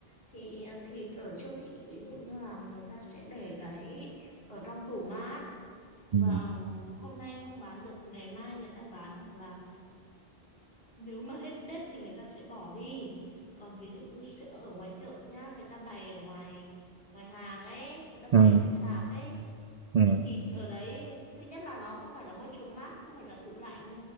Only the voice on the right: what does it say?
ừ
ừ ừ
ừ